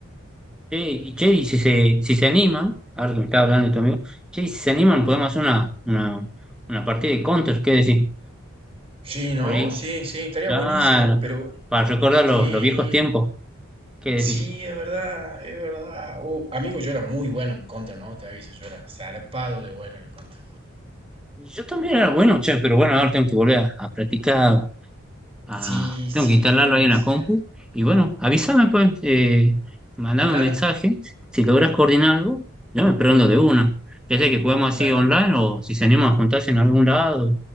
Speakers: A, in the centre; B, on the right.
A: Che, y che, y si se, si se animan, ahora que me estaba hablando de tu amigo, che, y si se animan, podemos hacer una, una, una partida de Counter, ¿qué decís?
B: Sí, ¿no?
A: Por ahí,
B: Sí, sí, estaría
A: claro,
B: buenísimo, pero
A: para recordar los,
B: sí,
A: los viejos tiempos, ¿qué
B: sí,
A: decís?
B: es verdad, es verdad. Uh, amigo, yo era muy bueno en contra, ¿no? Te aviso, yo era zarpado de bueno en contra.
A: Y Yo también era bueno, che, pero bueno, ahora tengo que volver a, a practicar, Ah,
B: Sí, sí,
A: tengo que instalarlo ahí en la
B: sí.
A: compu. Y bueno, avísame, pues, eh, mandame
B: Dale,
A: un mensaje. Si logras coordinar algo, yo me prendo de una. Ya sea que jugamos
B: dale,
A: así online o si se animan a juntarse en algún lado,